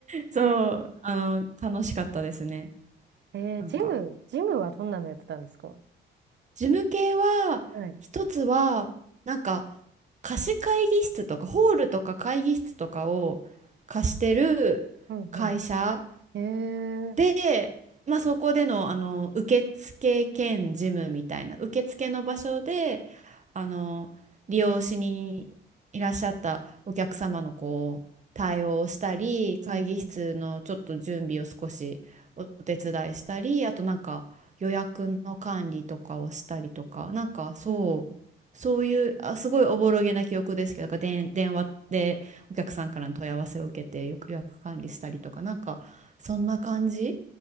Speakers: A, on the right (about 35°); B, on the right (about 60°).
A: そう、
B: え。
A: あの、楽しかったですね。
B: えー、
A: なんか。
B: ジム、ジムはどんなのやってたんですか
A: 事務系は、
B: はい。
A: 一つは、なんか、貸し会議室とか、ホールとか会議室とかを貸してる会社
B: うんうん。へえ。
A: で、まあ、そこでの、あの受付兼事務みたいな受付の場所であの利用しにいらっしゃったお客様のこう対応をしたり会議室のちょっと準備を少しお手伝いしたりあとなんか予約の管理とかをしたりとかなんかそうそういうあすごいおぼろげな記憶ですけどなんか電電話でお客さんからの問い合わせを受けて予約管理したりとかなんかそんな感じ
B: うんうん。うんうん。